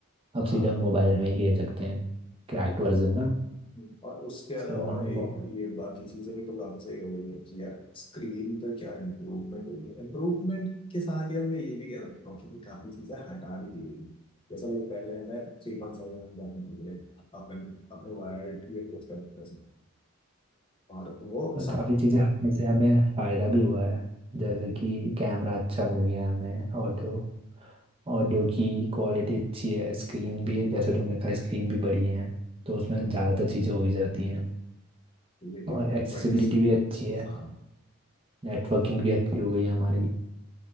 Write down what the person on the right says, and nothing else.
अब
सीधा हम मोबाइल में ही खेल सकते हैं क्रैक्ड वर्जन ना
सो हाँ
बहुत
पर
काफ़ी चीज़ें हटने से हमें फ़ायदा भी हुआ है जैसे कि कैमरा अच्छा मिल गया है हमें ऑडियो ऑडियो की क्वालिटी अच्छी है स्क्रीन भी है जैसे तुमने कहा स्क्रीन भी बड़ी है तो उसमें ज़्यादातर चीज़ें हो ही जाती हैं
और
एक्सेसिबिलिटी
भी अच्छी है
नेटवर्किंग भी अच्छी हो गई है हमारी